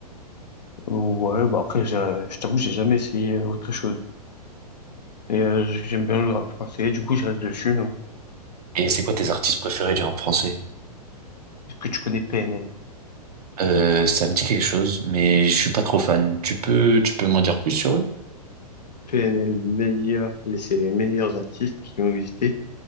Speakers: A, on the left; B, on the right.
A: Ouais, bah après, j'ai- je t'avoue, que j'ai jamais essayé autre chose. Et euh, j'aime bien le rap français. Du coup, je reste dessus. non
B: Et c'est quoi tes artistes préférés du rap français?
A: Est-ce que tu connais PNL?
B: Euh, ça me dit quelque chose, mais je suis pas trop fan. Tu peux, tu peux m'en dire plus sur eux?
A: PNL meilleur, c'est les meilleurs artistes qui ont existé